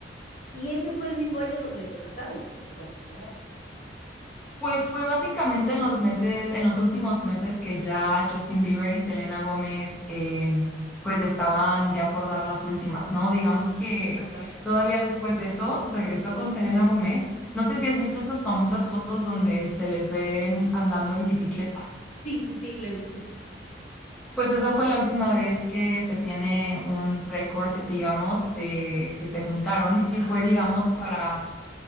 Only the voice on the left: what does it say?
Y, y ese fue el mismo año donde se casaron, o cuando se casaron.
Ajá.
Sí, sí, sí, lo he visto.
Ajá.